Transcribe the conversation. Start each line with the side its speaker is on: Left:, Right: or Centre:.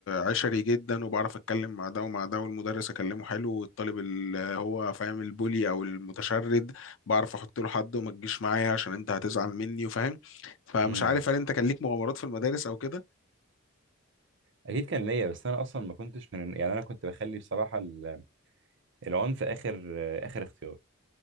Left: عشري جدا وبعرف اتكلم مع ده ومع ده والمدرس اكلمه حلو والطالب اللي هو فاهم البولي او المتشرد بعرف احط له حد وما تجيش معايا عشان انت هتزعل مني وفاهم فمش
Right: امم
Left: عارف هل انت كان ليك مغامرات في المدارس او كده
Right: أكيد كان ليا بس أنا أصلا ما كنتش من يعني أنا كنت بخلي بصراحة ال- العنف آخر آخر اختيار